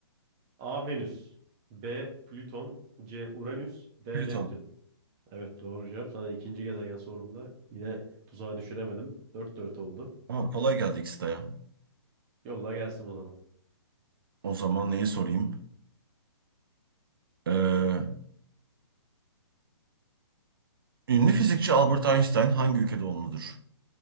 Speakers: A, on the right; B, on the right.
A: A. Venüs B. Plüton C. Uranüs D.
B: Plüton.
A: Neptün Evet doğru cevap. Sana ikinci gezegen sorumda yine tuzağa düşüremedim. dört dört oldu.
B: Ama kolay geldi ikisi de ya.
A: Yolla gelsin o zaman.
B: O zaman neyi sorayım? Ee, ünlü fizikçi Albert Einstein hangi ülkede doğumludur?